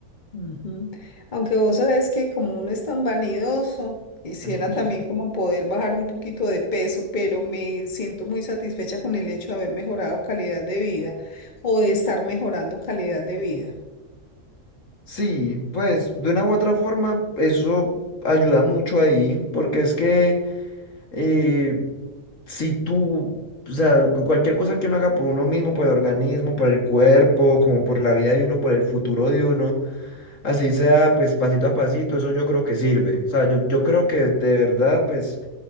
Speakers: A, on the left; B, on the left.
A: Ujú. Aunque vos sabés que como uno es tan vanidoso, quisiera
B: <laughs>
A: también como poder bajar un poquito de peso, pero me siento muy satisfecha con el hecho de haber mejorado calidad de vida o de estar mejorando calidad de vida.
B: Sí, pues de una u otra forma eso ayuda mucho ahí, porque es que, eh, si tú, o sea, cu- cualquier cosa que uno haga por uno mismo, por el organismo, por el cuerpo, como por la vida de uno, por el futuro de uno, así sea, pues pasito a pasito, eso yo creo que sirve. O sea, yo, yo creo que de verdad, pues